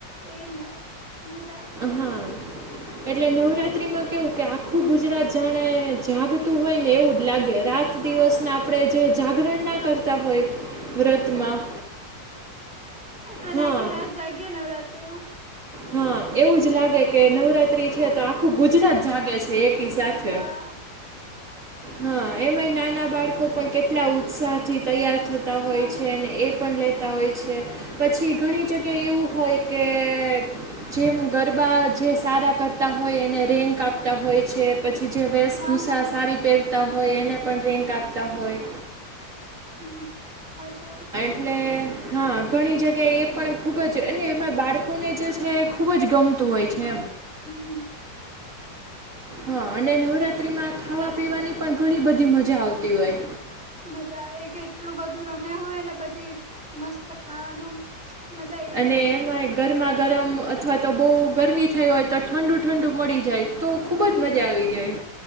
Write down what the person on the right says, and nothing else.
હા. એટલે નવરાત્રી માં કેવું કે આખું ગુજરાત જાણે જાગતું હોય ને એવું જ લાગે. રાત
દિવસને આપણે જે જાગરણ ના કરતા હોય વ્રતમાં
હા
હા એવું જ લાગે કે નવરાત્રી છે
તો આખું ગુજરાત જાગે છે એકી સાથે.
હા એ નાની <unintelligible> ના બાળકો પણ કેટલા ઉત્સાહથી તૈયાર થતા
હોય છે. અને એ પણ લેતા હોય છે પછી ઘણી જગ્યાએ એવું હોય કે જેમ ગરબા જે સારા કરતા હોય એને રેન્ક આપ હોય છે પછી જે વેશભૂસાા
સારી પહેરતા હોય એને પણ રેન્ક આપતા હોય.
અને હા ઘણી જગ્યાએ એ પણ ખૂબ જ અને એમાં બાળકોને જે છે એ ખૂબ જ ગમતું હોય છે.
હા અને નવરાત્રીમાં ખાવા પીવાની પણ ઘણી બધી મજા આવતી હોય.
અને એમાં ગરમા ગરમ અથવા તો બહુ ગરમી થઈ હોય તો ઠંડુ ઠંડુ મળી જાય તો ખુબ
જ મજા આવી જાય.